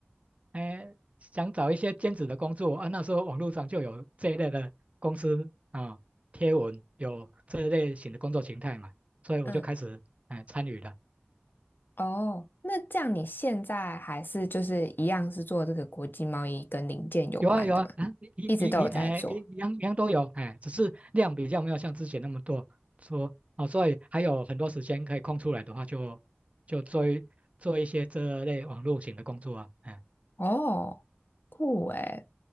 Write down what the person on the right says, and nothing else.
哎想找一些兼职的工作啊，那时候网络上就有这一类的公司啊贴文有这一类型的工作形态嘛，所以我就开始哎参与了。
有啊有啊，啊一一一哎一一样一样都有哎，
只是量比较没有像之前那么多说哦，所以还有很多时间可以空出来的话就，就做一做一些这类网络型的工作啊，哎